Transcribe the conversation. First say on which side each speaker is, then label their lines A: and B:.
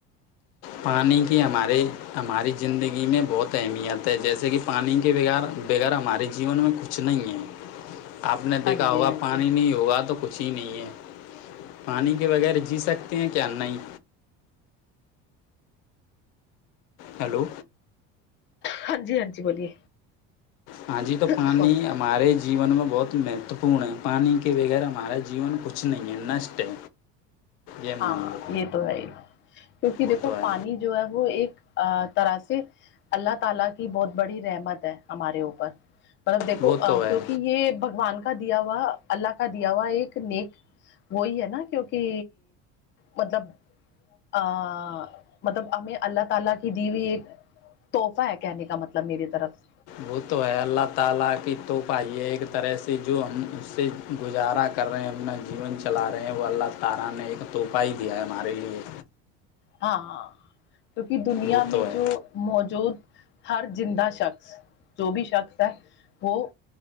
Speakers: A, on the left (about 80°); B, on the left (about 40°).
A: پانی کی ہمارے ہماری زندگی میں بہت اہمیت ہے جیسے کہ پانی کے بغیر بغیر ہمارے جیون میں کچھ نہیں ہے آپ نے دیکھا
B: ہاں جی
A: ہوگا
B: ہاں
A: پانی
B: جی
A: نہیں ہوگا تو کچھ اچی نہیں ہے پانی کے بغیر جی سکتے ہیں کیا نہیں ہیلو
B: ہاں جی ہاں جی بولیے
A: ہاں جی تو پانی
B: سوری
A: ہمارے جیون میں بہت مہتوپورن ہے پانی کے بغیر ہمارا جیون کچھ نہیں ہے نشٹ ہے یہ
B: ہاں
A: مان لو
B: یہ تو ہے ہی کیونکہ
A: وہ
B: دیکھو
A: تو ہے
B: پانی جو ہے وہ ایک طرح سےاللہ تعالی کی بہت بڑی رحمت ہے ہمارے اوپر دیکو
A: وہ تو ہے
B: کیونکہ یہ بگوان کا دیا ہوا اللہ کا دیا ہوا ایک نیک وہی ہے نا کیوںکہ مطلب ا مطلب ہمیں اللہ تعالی کی دی ہوئی ایک تحفہ ہے کہنے کا مطلب میری طرف
A: وہ تو ہے اللہ تعالی کی تو پائی ہے ایک طرح سے جو ہم سے گزارا کر رہے ہیں اپنا جیون چلا رہے ہیں وہ اللہ تعالی نے ایک طوفہ ہی دیا ہے ہمارے لیے
B: ہاں ہاں کیونکہ دنیا
A: وہ
B: میں
A: تو ہے
B: جو موجود ہر زندہ شخص جو بھی شخص ہے وہ